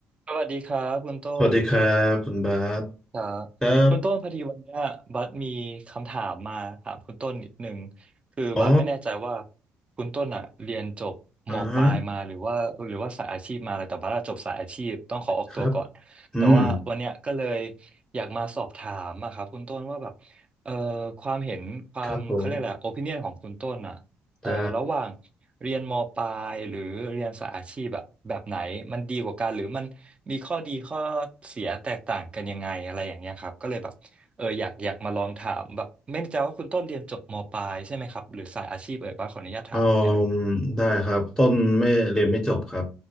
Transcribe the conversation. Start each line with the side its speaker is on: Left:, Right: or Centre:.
Right: สวัสดีครับคุณต้น
Centre: สวัสดีครับคุณบาส
Right: ครับคุณต้นพอดีวันเนี้ยบัสมีคำถามมาถามคุณต้นนิดนึง
Centre: ครับ
Right: คือบัสไม่แน่ใจว่า
Centre: อ๋อ
Right: คุณต้นอ่ะเรียนจบมปลายมาหรือว่าหรือว่าสายอาชีพมาอะไรแต่บัสอะจบสายอาชีพต้องขอออกตัวก่อนแต่ว่าวันเนี้ยก็เลย
Centre: อ่าฮะครับอืม
Right: อยากมาสอบถามอะครับคุณต้นว่าแบบเอ่อความเห็นความเขาเรียกอะไรโอปิเนียนของคุณต้นอ่ะ
Centre: ครับผม
Right: เออระหว่าง
Centre: ได้
Right: เรียนมปลายหรือเรียนสายอาชีพอะแบบไหนมันดีกว่ากันหรือมันมีข้อดีข้อเสียแตกต่างกันยังไงอะไรอย่างเงี้ยครับก็เลยแบบเอออยากอยากมาลองถามแบบไม่แน่ใจว่าคุณต้นเรียนจบมปลายใช่ไหมครับหรือสายอาชีพเอ่ยบ้างขออนุญาตถามได้ไหมครับ
Centre: อืมได้ครับต้นไม่เรียนไม่จบครับ